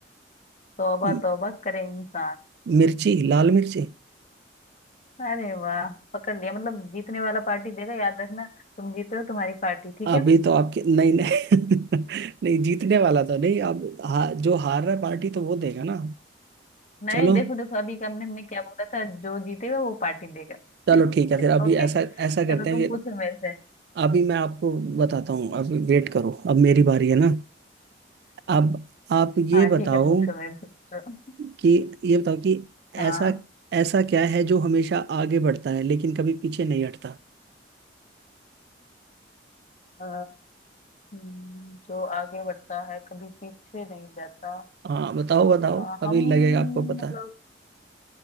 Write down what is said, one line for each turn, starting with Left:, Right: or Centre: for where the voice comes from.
Left: तौबा
Right: मि-
Left: तौबा करे इंसान
Right: मिर्ची लाल मिर्ची
Left: अरे वाह पकड़ लिया मतलब जीतने वाला पार्टी देगा याद रखना तुम जीते हो तुम्हारी पार्टी ठीक
Right: अभी
Left: है
Right: तो आपके नहीं नहीं <laughs> नहीं जीतने वाला तो नहीं अब हा, जो हार रहा है पार्टी तो वो देगा ना
Left: नहीं
Right: चलो
Left: देखो देखो अभी का हमने हमने क्या बोला था जो जीतेगा वो पार्टी देगा
Right: चलो ठीक है
Left: <laughs>
Right: फिर अभी
Left: ओके
Right: ऐसा ऐसा
Left: चलो
Right: करते
Left: तुम
Right: हैं
Left: पूछो
Right: कि
Left: मेरे से
Right: अभी मैं आपको बताता हूँ अभी वेट करो अब मेरी बारी है ना अब आप ये
Left: हाँ
Right: बताओ
Left: ठीक है पूछो मेरे से पूछो।
Right: कि ये बताओ कि
Left: हाँ
Right: ऐसा ऐसा क्या है जो हमेशा आगे बढ़ता है लेकिन कभी पीछे नहीं हटता
Left: अ, हम्म, जो आगे बढ़ता है कभी पीछे नहीं जाता
Right: हाँ बताओ बताओ
Left: हाँ,
Right: अभी
Left: हम
Right: लगेगा आपको पता
Left: मतलब